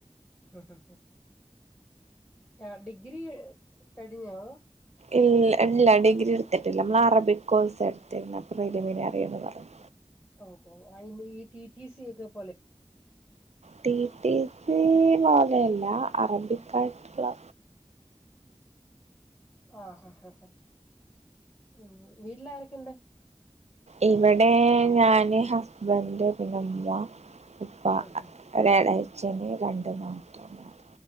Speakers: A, on the left (about 20°); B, on the right (about 75°).
A: അഹാ യാ ഡിഗ്രി കഴിഞ്ഞോ അതോ
B: ഇൽ ഇല്ല ഡിഗ്രി ഇട്ത്തിട്ടില്ല ഇമ്മളാ അറബിക് കോഴ്‌സാ എടുത്തിരുന്നെ പ്രിലിമിനറീന്ന് പറ <inaudible>
A: ഓഹ് കോ അയ്ൻ്റെ ഈ ടി ടി സി ഒക്കെ പോലെ
B: ടി ടി സി പോലെയല്ല അറബിക്കായിട്ട്ള്ള
A: ആഹ് ഹ ഹ ഹ ഉം വീട്ടില് ആരൊക്കെണ്ട്?
B: ഇവടെ ഞാന് ഹസ്ബെൻഡ് പിന്നെമ്മ ഉപ്പ
A: ഉം ഉം
B: ഒരെളേച്ചന് രണ്ട് നാത്തൂന്മാര്.